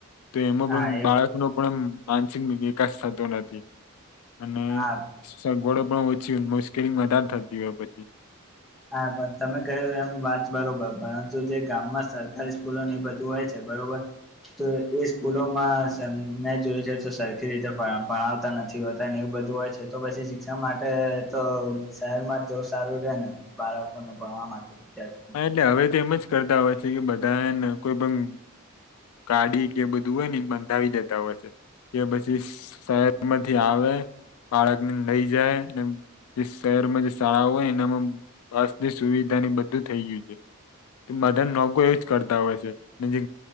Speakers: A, on the left; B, in the centre.
A: તો એમાં પણ
B: હા એ
A: બાળકનો પણ મ માનસિક વિકાસ થતો નથી અને
B: હા
A: સગવડો પણ ઓછી મુશ્કેલી વધાર થતી હોય પછી.
B: હા પણ તમે કહ્યું એમ વાત બરોબર પરંતુ જે ગામમાં સરકારી સ્કૂલો ને એ બધું હોય છે. બરોબર તો એ સ્કૂલોમાં સન ને જોયુ જાય તો સરખી રીતે ભણ ભણાવતા નથ નથી હોતા ને એવું બધું હોય છે તો પછી શિક્ષણ માટે તો શહેર માં જવું સારું રે ને. બાળકોને ભણવા માટે વિદ્યાર્થીઓને
A: હા એટલે હવે તો એમ જ કરતા હોય છે કે બધા હેન કોઈ પણ ગાડી કે બધું હોય ને ઈ બંધાવી દેતા હોય છે. કે પછી શ-શહેરમાંથી આવે બાળકને લઈ જાય ને જે શહેરમાં જે શાળાઓ હોય એનામાં બસની સુવિધાની બધું થઈ ગ્યું છે. બધા લોકો એવું જ કરતા હોય છે ને જે